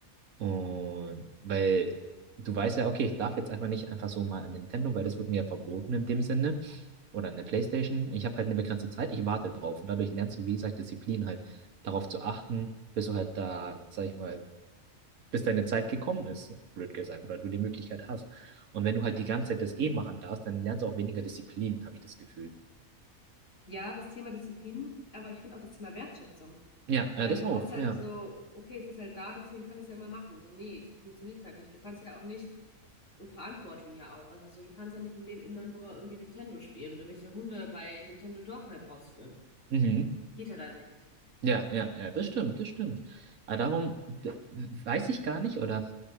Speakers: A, on the right; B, on the left.
A: Und weil du weißt ja, okay, ich darf jetzt einfach nicht einfach so mal an Nintendo, weil das wurde mir ja verboten in dem Sinne. Oder an der PlayStation. Ich habe halt eine begrenzte Zeit, ich warte drauf. Und dadurch lernst du, wie gesagt, Disziplin halt darauf zu achten, bis du halt da, sag ich mal, bis deine Zeit gekommen ist, blöd gesagt, oder du die Möglichkeit hast. Und wenn du halt die ganze Zeit das eh machen darfst, dann lernst du auch weniger Disziplin, habe ich das Gefühl.
B: Ja, das Thema Disziplin, aber ich finde auch das Thema Wertschätzung.
A: Ja, äh,
B: Weil
A: das
B: du
A: auch,
B: hast halt
A: ja.
B: so, okay, es ist halt da, deswegen kann ich es ja immer machen. So, nee, so funktioniert es halt nicht. Du kannst ja auch nicht, und Verantwortung ja auch. Also so, du kannst ja nicht im Leben immer nur irgendwie Nintendo spielen und irgendwelche Hunde bei Nintendo Dog halt rausführen.
A: Mhm.
B: Geht ja da nicht.
A: Ja, ja, ja, das stimmt, das stimmt. Aber darum d- weiß ich gar nicht, oder